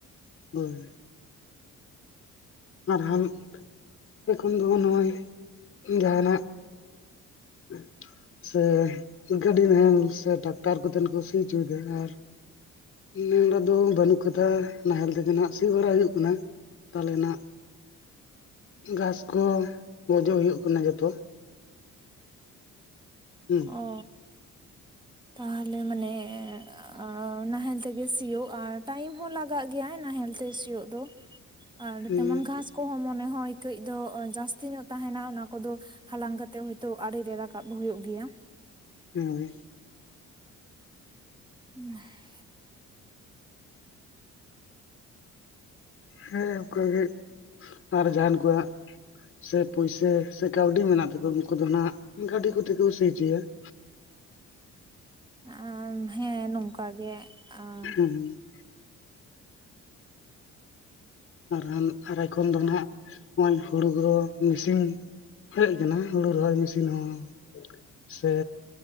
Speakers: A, on the left; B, on the right.
A: ᱦᱳᱭ ᱟᱨ ᱦᱟᱱ ᱛᱮ ᱠᱷᱚᱱ ᱫᱚ ᱱᱚᱜᱼᱚᱭ ᱡᱟᱦᱟᱸᱱᱟᱜ <unintelligible> ᱥᱮ ᱜᱟᱹᱰᱤ ᱱᱟᱦᱮᱞ ᱥᱮ ᱴᱟᱠᱴᱟᱨ ᱠᱚᱛᱮᱱ ᱠᱚ ᱥᱤ ᱦᱚᱪᱚᱭᱮᱫᱟ ᱟᱨ ᱱᱮ ᱦᱚᱲ ᱟᱜ ᱫᱚ ᱵᱟᱹᱱᱩᱜ ᱠᱟᱫᱟ ᱱᱟᱦᱮᱞ ᱛᱮᱜᱮ ᱱᱷᱟᱜ ᱥᱤ ᱵᱟᱲᱟ ᱦᱩᱭᱩᱜ ᱠᱟᱱᱟ ᱾ ᱛᱟᱞᱮᱱᱟᱜ ᱜᱷᱟᱥ ᱠᱚ ᱜᱚᱡᱚᱜ ᱦᱩᱭᱩᱜ ᱠᱟᱱᱟ ᱡᱚᱛᱚ ᱾ ᱦᱩᱸ
B: ᱚ ᱛᱟᱦᱚᱞᱮ ᱢᱟᱱᱮ ᱟᱻᱻ ᱱᱟᱦᱮᱞ ᱛᱮᱜᱮ ᱥᱤᱭᱳᱜ ᱟᱨ ᱴᱟᱭᱤᱢ ᱦᱚᱸ ᱞᱟᱜᱟᱜ ᱜᱮᱭᱟ ᱱᱟᱦᱮᱞ ᱛᱮ ᱥᱤᱭᱳᱜ ᱫᱚ ᱾ ᱟᱨ
A: ᱦᱩᱸ
B: ᱛᱮᱢᱚᱱ ᱜᱷᱟᱥ ᱠᱚᱦᱚᱸ ᱢᱚᱱᱮ ᱦᱚᱸᱭ ᱠᱟᱹᱡ ᱫᱚ ᱡᱟᱹᱥᱛᱤ ᱧᱚᱜ ᱛᱟᱦᱮᱱᱟ ᱚᱱᱟ ᱠᱚᱫᱚ ᱦᱟᱞᱟᱝ ᱠᱟᱛᱮᱜ ᱦᱳᱭᱛᱳ ᱟᱲᱮ ᱨᱮ ᱨᱟᱠᱟᱵ ᱦᱩᱭᱩᱜ ᱜᱮᱭᱟ ᱾
A: ᱦᱚᱭ ᱻ
B: <inaudible>
A: ᱦᱮᱸ ᱚᱱᱠᱟ ᱜᱮ ᱟᱨ ᱡᱟᱦᱟᱸᱱ ᱠᱚᱦᱟᱸᱜ ᱾ ᱥᱮ ᱯᱩᱭᱥᱟ ᱥᱮ ᱠᱟᱹᱣᱰᱤ ᱢᱮᱱᱟᱜ ᱛᱟᱠᱚᱣᱟ ᱩᱱᱠᱩ ᱫᱚ ᱱᱷᱟᱜ ᱜᱟᱹᱰᱤ ᱠᱚᱛᱮ ᱠᱚ ᱥᱤ ᱦᱚᱪᱚᱭᱟ ᱾
B: ᱟᱨ ᱦᱮᱸ ᱱᱚᱝᱠᱟ ᱜᱮ ᱟᱸᱻ
A: ᱦᱩᱸᱻ ᱨᱟᱱ ᱟᱨᱟᱭ ᱠᱷᱚᱱ ᱫᱚ ᱱᱷᱟᱜ ᱱᱚᱜᱼᱚᱭ ᱦᱳᱲᱳ ᱠᱚ ᱢᱮᱥᱤᱱ ᱦᱮᱡ ᱟᱠᱟᱱᱟ ᱦᱳᱲᱳ ᱨᱚᱦᱚᱭ ᱢᱮᱥᱤᱱ ᱦᱚᱸ ᱾ ᱥᱮ